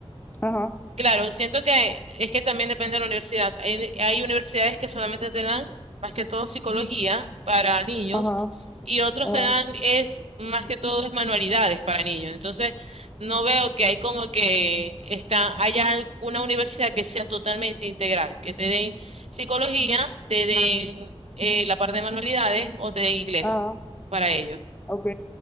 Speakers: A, on the left; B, on the right.
A: ajá,
B: Claro, siento que es que también depende de la universidad. Hay, hay universidades que solamente te dan más que todo psicología para niños
A: ajá,
B: y otros
A: ajá,
B: te dan es más que todo es manualidades para niños. Entonces, no veo que hay como que está, haya al- una universidad que sea totalmente integral, que te den psicología, te den eh, la parte de manualidades o te den inglés
A: ajá,
B: para ellos.
A: ok.